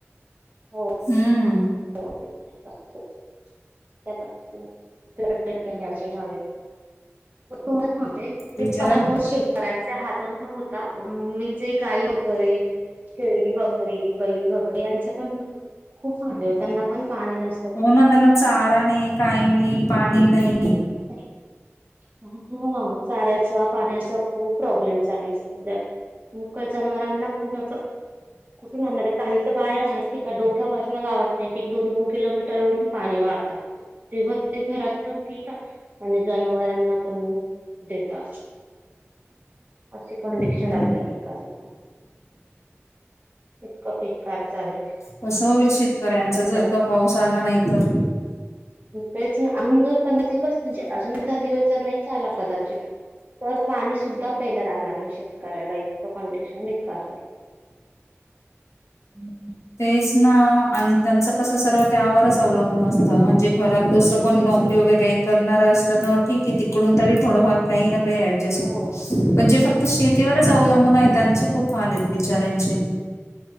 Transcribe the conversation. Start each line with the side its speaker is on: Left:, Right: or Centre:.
Right: हो
Left: हम्म
Right: हो <unintelligible> त्या पद् <unintelligible> हो तो सांबे <unintelligible>
Left: बिचारा
Right: ते पणामुळे शेतकऱ्यांचे हातण <unintelligible> पण होता मी जे गाई वगैरे शेळी, बकरी, बैल वगैरे यांचे पण खूप हाल होतात. त्यांना पण पाणी नसते.
Left: हो ना त्यांना चारा नाही, काही नाही पाणी नाही
Right: का <inaudible> ह चाऱ्याचा, पाण्याचा, खूप प्रॉब्लेम चालेू सध्या. मुक्या जनावरांना पण अस कुठून आणणार, काही तर बाया माहिती का डोक्या वर ना गावात नाही एक दोन दोन किलोमीटर वरून पाणी वाहता. तेव्हा ते घरात पण पिता आणि जनावरांना पण देता. अस कोण रिक्शन
Left: हो ना.
Right: अ <unintelligible> ल का ठीका ना इतकं बेकार चालू आहे
Left: कसं होईल शेतकऱ्यांच
Right: सध्या.
Left: जर का पाऊस आला नाही तर?
Right: तेच ना, अजून जर पंधरा दिवस म्हणजे अजून दहा दिवस जर नाही चाला कदाचित तरं पाणी सुद्धां पेलं राहणांर नाहीं शेतकऱ्यांला इतकं कंडिशन बेकांर तरं हम्मं
Left: तेचं नां आणि त्यांचं कसं सर्व त्यावरचं अवलंबून असतं म्हणजे घरांत दुसरं कोणी नोकरी नोकरी वगैरें कांहीं करणारं असलं तरं ठीक तिकडूंन तरी थोडंफार कांहीं नां कांहीं ऍडजस्ट होतं
Right: हो
Left: पणं जे फक्तं शेतीवरचं अवलंबून आहे त्यांचे खूंप हांल आहेतं बिचऱ्यांचे